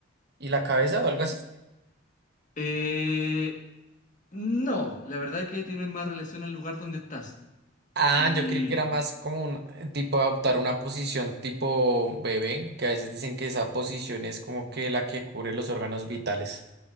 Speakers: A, on the right (about 55°); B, on the left (about 40°).
A: y la cabeza o algo así.
B: Eh, no, la verdad que tienen más relación al lugar donde estás.
A: Ah,
B: Y
A: yo creí que era más como un eh, tipo adoptar una posición tipo bebé, que a veces dicen que esa posición es como que la que cubre los órganos vitales.